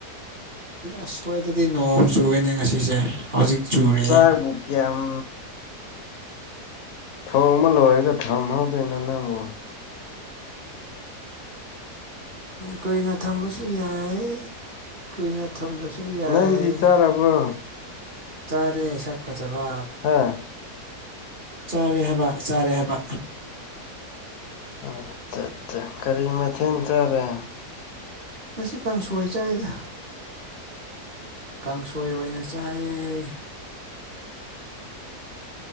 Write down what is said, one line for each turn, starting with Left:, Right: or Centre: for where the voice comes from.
Right: ꯑꯁꯋꯥꯏꯗꯗꯤ ꯅꯣꯡꯃ ꯆꯨꯕꯅꯦ ꯉꯁꯤꯁꯦ ꯍꯧꯖꯤꯛ ꯆꯨꯔꯦ
Left: ꯁꯥꯔꯕꯨ ꯀꯌꯥꯝ ꯊꯣꯡꯝ ꯂꯦꯒ ꯊꯥꯎꯝ ꯍꯧꯗꯅ ꯅꯪꯕꯣ
Right: ꯀꯨꯏꯅ ꯊꯝꯕꯁꯨ ꯌꯥꯏ ꯀꯨꯏꯅ ꯊꯝꯗ꯭ꯔꯁꯨ ꯌꯥꯏ
Left: ꯅꯪꯗꯤ ꯆꯥꯔꯕ꯭ꯔꯣ
Right: ꯆꯥꯔꯦ ꯁꯛ ꯐꯖꯕ
Left: ꯍꯥꯥ
Right: ꯆꯥꯔꯦ ꯍꯥꯏꯕ ꯆꯥꯔꯦ ꯍꯥꯏꯕ
Left: ꯑ ꯑꯠ ꯀꯔꯤ ꯃꯊꯦꯜ ꯆꯥꯔꯦ
Right: ꯉꯁꯤ ꯀꯥꯡꯁꯣꯏ ꯆꯏꯗ ꯀꯥꯡꯁꯣꯏ ꯑꯣꯏꯅ ꯆꯥꯏ